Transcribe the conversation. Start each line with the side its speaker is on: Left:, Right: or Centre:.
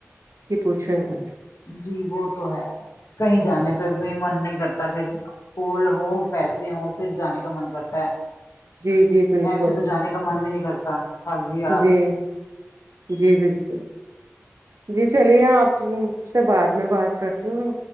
Right: کی پوچھو مت
Left: جی وہ تو ہے کہیں جانے پہ بھی من نہیں کرتا پھر گولڈ پیسے ہو پھر جانے کا من کرتا ہے
Right: جی جی بالکل
Left: ایسے تو کا من بھی نہیں کرتا خالی ہاتھ
Right: جی جی بالکل جی چلیے آپ اس سے بعد میں بات کرتی ہو